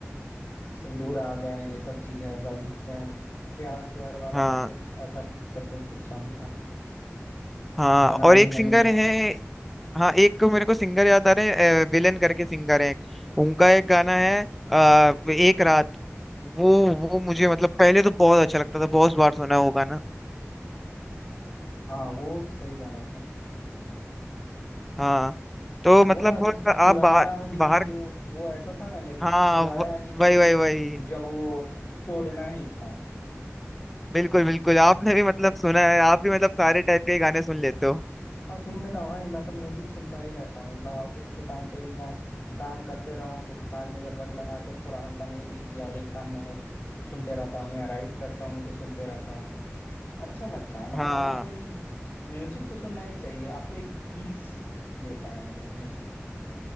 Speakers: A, on the left; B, in the centre.
A: सब दूर आ गए ये सब चीजें है गर्लफ्रेंड प्यार प्यार वाला
B: हाँ
A: कुछ एक ऐसा करके कुछ सॉन्ग था
B: हाँ
A: बना
B: और
A: ही
B: एक
A: नहीं
B: सिंगर
A: था
B: है हाँ एक को मेरे को सिंगर याद आ रहे हैं विलन करके सिंगर है उनका एक गाना है अ, एक रात वो वो मुझे मतलब पहले तो बहुत अच्छा लगता था बहुत बार सुना है वो गाना
A: हाँ वो सही गाना था
B: हाँ तो मतलब
A: वो ना
B: बहुत- आप
A: चुराया
B: बाहर
A: ही
B: बाहर
A: क्यों वो ऐसा था ना लिरिक्स
B: हाँ
A: चुराया
B: व-
A: ही
B: वही
A: क्यों
B: वही वही
A: जब वो तोड़ना ही था
B: बिल्कुल बिल्कुल आपने भी मतलब सुना है आप भी मतलब सारे टाइप के गाने सुन लेते हो
A: हाँ सुन लेता हूँ भाई मैं तो म्यूजिक सुनता ही रहता हूँ मतलब ऑफिस के टाइम पे भी मैं काम करते रहूँ तो कान में ईयरबड लगा के थोड़ा हल्का म्यूजिक या एक कान में हो सुनते रहता हूँ या राइड करता हूँ तो सुनते रहता हूँ अच्छा लगता है मतलब
B: हाँ
A: अगर कोई म्यूजिक तो सुनना ही चाहिए आपको एक पीस देता है वो म्यूजिक